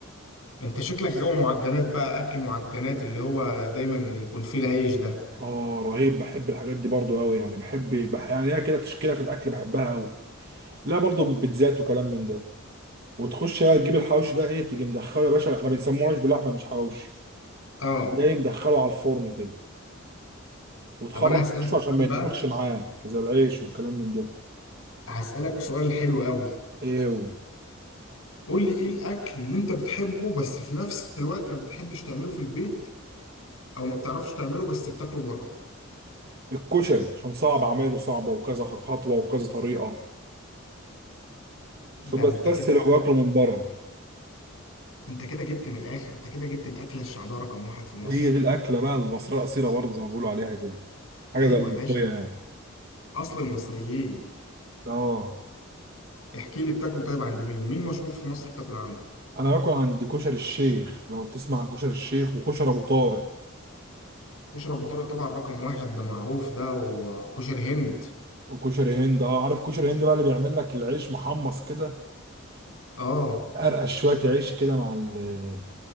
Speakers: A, on the left; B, on the right.
A: انت شكلك غاوي معجنات بقى اكل معجنات اللي هو دايما يكون فيه العيش ده
B: اه رهيب بحب الحاجات دي برضو قوي يعني بحب بح- يعني هي كده تشكيلة في الاكل بحبها قوي لا برضو بيتزات وكلام من ده وتخش بقى تجيب الحواوشي ده ايه تيجي مدخله يا باشا احنا بنسموه عيش باللحمه مش حواوشي
A: اه
B: جاي مدخله على الفرن كده وتخرج
A: طب انا هسألك
B: وشه عشان ما
A: سؤال
B: يتنفخش
A: بقى
B: معاك زي العيش والكلام من ده
A: هسألك سؤال حلو قوي
B: ايه هو
A: قول لي ايه الاكل اللي انت بتحبه بس في نفس الوقت ما بتحبش تعمله في البيت او ما بتعرفش تعمله بس بتاكله بره
B: الكشري عشان صعب عمايله صعبه وكذا خطوه وكذا طريقه
A: ده
B: فبستسهل
A: انت كده
B: واكله من بره
A: انت كده جبت من الاخر انت كده جبت الاكله الشعبيه رقم واحد في مصر
B: هي دي الاكله بقى المصريه الاصيله برضه زي ما بيقولوا عليها كده حاجه
A: ايوه
B: زي الملوخيه
A: يا باشا
B: يعني
A: اصل المصريين
B: اه
A: احكي لي بتاكله طيب عند مين مين مشهور في مصر بتاكل عنده
B: انا باكل عند كشري الشيخ لو تسمع عن كشري الشيخ وكشري ابو طارق
A: كشري ابو طارق طبعا رقم واحد ده معروف ده وكشري هند
B: وكشري هند اه عارف كشري هند بقى اللي بيعمل لك العيش محمص كده
A: اه
B: ارقش شويه عيش كده مع ال-